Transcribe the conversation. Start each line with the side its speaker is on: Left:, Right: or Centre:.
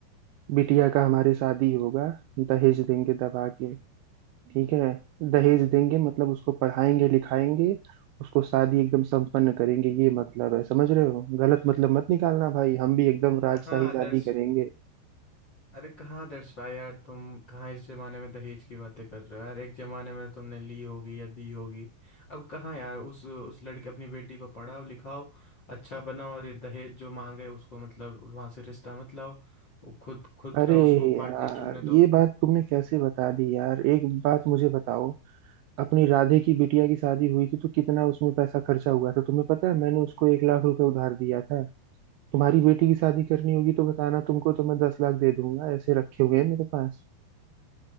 Right: बिटिया का हमारे शादी होगा दहेज देंगे दबा के ठीक है दहेज देंगे मतलब उसको पढ़ाएंगे लिखाएंगे उसको शादी एकदम संपन्न करेंगे ये मतलब है समझ रहे हो गलत मतलब मत निकालना भाई हम भी एकदम राजशाही
Left: कहाँ आदर्श
Right: शादी करेंगे
Left: अरे कहाँ दर्श भाई यार तुम कहाँ इस जमाने में दहेज की बातें कर रहे हो यार एक जमाने में तुमने ली होगी या दी होगी अब कहाँ यार उस उस लड़के अपनी बेटी को पढ़ाओ लिखाओ अच्छा बनाओ और ये दहेज जो मांगे उसको मतलब वहां से रिश्ता मत लाओ वो खुद खुद
Right: अरे
Left: का उसको
Right: यार
Left: पार्टनर चुनने दो
Right: ये बात तुमने कैसे बता दी यार एक बात मुझे बताओ अपनी राधे की बिटिया की शादी हुई थी तो कितना उसमें पैसा खर्चा हुआ था तुम्हें पता है मैंने उसको एक लाख रुपए उधार दिया था तुम्हारी बेटी की शादी करनी होगी तो बताना तुमको तो मैं दस लाख दे दूंगा ऐसे रखे हुए हैं मेरे पास